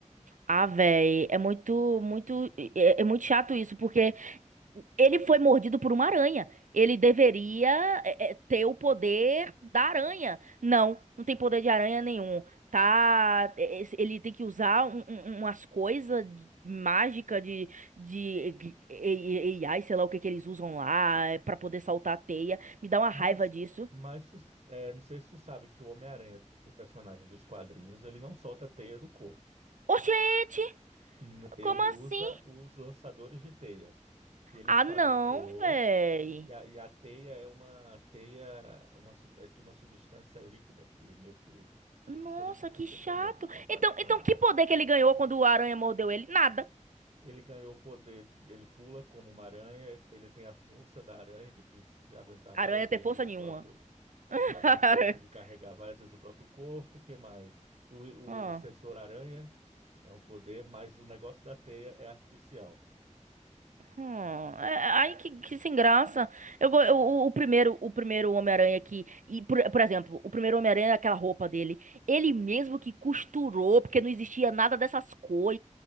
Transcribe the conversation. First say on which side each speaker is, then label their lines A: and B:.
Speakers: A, on the right (about 80°); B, on the right (about 60°).
A: Ah, véi, é muito, muito, é, é muito chato isso, porque Ele foi mordido por uma aranha. Ele deveria é, é, ter o poder da aranha. Não, não tem poder de aranha nenhum. Tá, é, é, ele tem que usar um- um- um, umas coisas mágicas de, de eh, eh, AI, sei lá o que que eles usam lá, é, pra poder saltar a teia. Me dá uma
B: Mas,
A: raiva disso.
B: mas tu- é, não sei se tu sabe que o Homem-Aranha, o personagem dos quadrinhos, ele não solta teia do corpo.
A: Oxente,
B: N- Ele
A: como
B: usa
A: assim?
B: os lançadores de teia que ele
A: Ah,
B: fabricou
A: não, véi.
B: e a, e a teia é uma teia uma sub- é de uma substância líquida que meio que
A: Nossa,
B: se solidifica
A: que chato.
B: quando entra em contato
A: Então,
B: com
A: então
B: ar.
A: que poder que ele ganhou quando a aranha mordeu ele? Nada.
B: Ele ganhou o poder, de- ele pula como uma aranha, ele tem a força da aranha de, de, de aguentar
A: A
B: várias
A: Aranha tem
B: vezes
A: força
B: o, o
A: nenhuma.
B: próprio o
A: <laughs>
B: próprio corpo, de carregar várias vezes o próprio corpo, o que mais? O,
A: Hum,
B: o sensor aranha é um poder, mas o negócio da teia é artificial.
A: hum. É, Ai, que, que sem graça. Eu, go- eu- o, o primeiro, o primeiro Homem-Aranha aqui, e por, por exemplo, o primeiro Homem-Aranha, é aquela roupa dele, ele mesmo que costurou, porque não existia nada dessas coisas.